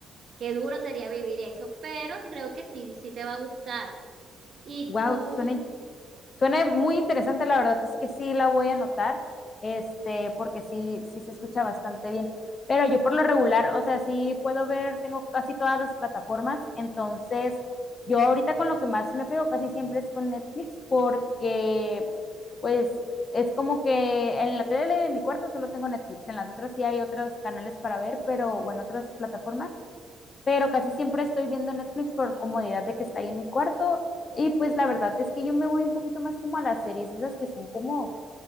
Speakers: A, on the right; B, on the left.
A: qué duro sería vivir eso, pero creo que sí, sí te va a gustar. ¿Y
B: wow,
A: tú?
B: suena Suena muy interesante, la verdad es que sí la voy a anotar, este, porque sí, sí se escucha bastante bien. Pero yo por lo regular, o sea, sí puedo ver, tengo casi todas las plataformas, entonces yo ahorita con lo que más me pego casi siempre es con Netflix, porque pues es como que en la tele de mi cuarto solo tengo Netflix, en las otras sí hay otros canales para ver, pero bueno, otras plataformas, pero casi siempre estoy viendo Netflix por comodidad de que está ahí en mi cuarto. Y pues la verdad es que yo me voy un poquito más como a las series, esas que son como,